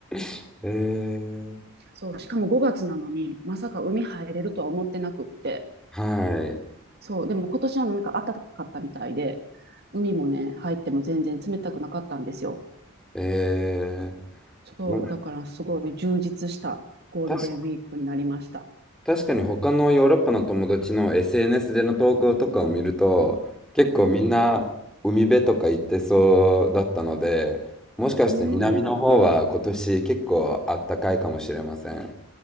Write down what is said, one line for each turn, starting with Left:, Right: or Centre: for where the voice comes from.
Centre: <laughs> えー、
Right: そう、しかも5月なのに、まさか海入れるとは思ってなくって。
Centre: はい。
Right: そう、でも今年はなんか暖かかったみたいで、海もね、入っても全然冷たくなかったんですよ。
Centre: え
Right: そう、
Centre: ー、ま、
Right: だからすごい充実したゴールデンウィークになりました。
Centre: たし、確かに他のヨーロッパの友達の SNS での投稿とかを見ると、結構みんな海辺とか行ってそうだったので、
Right: うんうん。
Centre: もしかして南の方は今年結構あったかいかもしれません。
Right: うん。